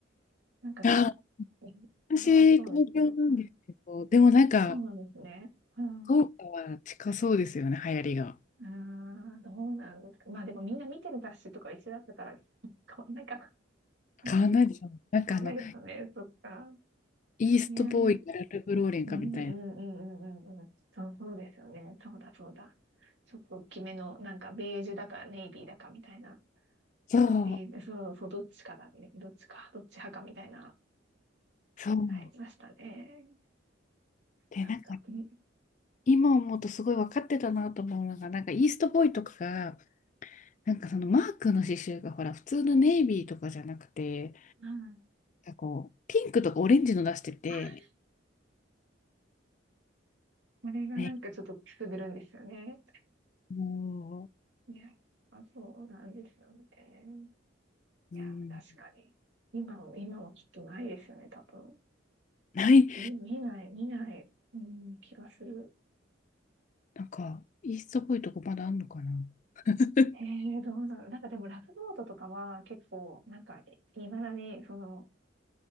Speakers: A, on the right; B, on the left.
A: なんかちょっ
B: あ、
A: と、
B: 私、
A: 差はありそうですけど。
B: 東京なんですけど、
A: うん
B: でもなんか、
A: そうなんですね。うん。
B: 福岡は近そうですよね、流行りが。
A: ああ、どうなんですか。まあでもみんな見てる雑誌とか一緒だったから、変わんないかな。<laughs>
B: 変わんないでしょ。なんかあの、
A: ダメですよね。そっか。
B: イーストボーイかラルフローレンかみたいな。
A: いやー。うんうんうんうんうんうん。そう、そうですよね。そうだそうだ。ちょっと大きめの、なんかベージュだかネイビーだかみたいな。
B: そう、
A: えーそうそう、どっちかだね。どっちか、どっち派かみたいな、
B: そう。
A: ありましたね。
B: で、
A: なんか、
B: なんか、
A: うん
B: 今思うとすごい分かってたなと思うのが、なんかイーストボーイとかが、なんかそのマークの刺繍がほら、普通のネイビーとかじゃなくて、
A: あ
B: なんかこう、ピンクとかオレンジの出してて、
A: あこれがなんかちょっとくすぐるんですよね。
B: ねも
A: ね。まあ、そうなんですよね。
B: う、
A: いや、
B: うん、
A: 確かに。今も、今もきっとないですよね、多分。
B: ない、
A: み見ない、見ない、うん、気がする。
B: なんか、イーストっぽいとこまだあんのかな。<laughs>
A: ええどうなのなんかでも、ラブノートとかは結構、なんかね、いまだに、その、